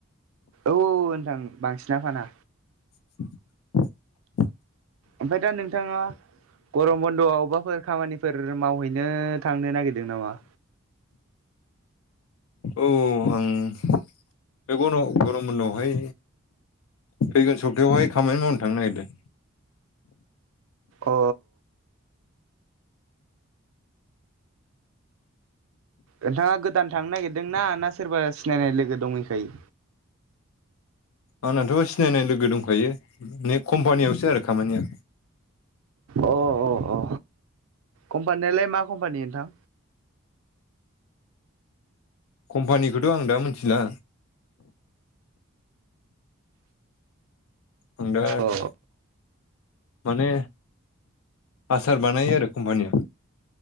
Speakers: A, on the right; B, on the left.
A: औ औ नोंथां बांसिना फाना
B: <inaudible>
A: ओमफ्राय दा नोंथांङा गरम बन्द'आव अबेबाफोर खामानिफोर मावहैनो थांनो नागिरदों नामा
B: औ आं बेखौन गरम उनावहाय फैगोन सप्तायावहाय खामानि मावनो थांनो नागिरदों
A: अ नोंथांङा गोदान थांनो नागिरदों ना ना सोरबा सिनायनाय लोगो दंहैखायो?
B: आंनाथ' सिनायनाय लोगो दंखायो बे कम्पानियावसो आरोखि खामानिया
A: अ अ अ कम्पानियालाय मा कम्पानि नोंथां?
B: कम्पानिखौथ' आं दा मिथिला आं <unintelligible>
A: अ
B: माने आसार बानायो आरो कम्पानिया